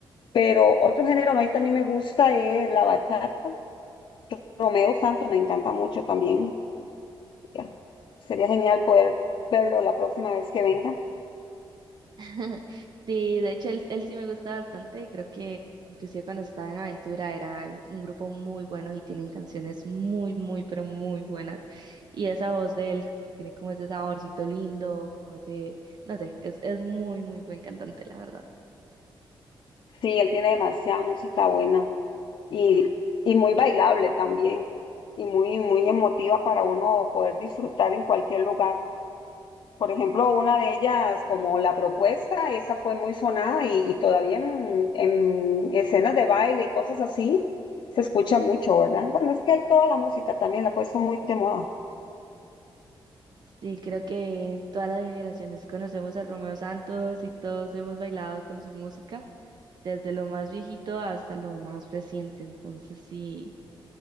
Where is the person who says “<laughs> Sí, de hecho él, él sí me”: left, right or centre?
Right